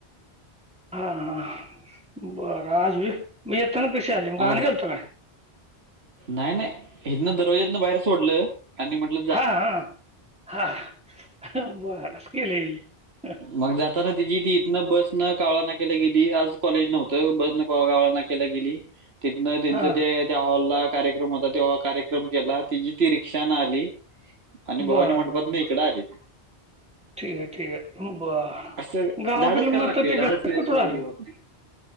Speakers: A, in the centre; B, on the right (about 70°).
A: हा हा बरं आज भी. मी यत्ना कृषी आली मग का
B: आज
A: आण गेलत काय?
B: नाही नाही हिथन दरवाज्यान बाहेर सोडलं आणि म्हटलं. जा
A: हा हा हा भारिच केले‌‌
B: मग जाताना तिची ती इथन बस न कावळा ना केला गे आज कॉलेज नव्हतं बस नवळा ना. गेली तिथन त्यां
A: हां
B: त्या हॉल ला कार्यक्रम होता कार्यक्रम केला. ती रिक्षा ना आली आणि भवानी
A: बर
B: म्हणपात
A: बर
B: ना
A: बर
B: इकड आली.
A: ठीक आहे ठीक आहे ब
B: असं
A: गावाकलं
B: धाडस करायला
A: मत
B: लागते
A: ते
B: हो. धाडस
A: घरात
B: केल्याशिवाय
A: कुतड आल.
B: हे होत नाही.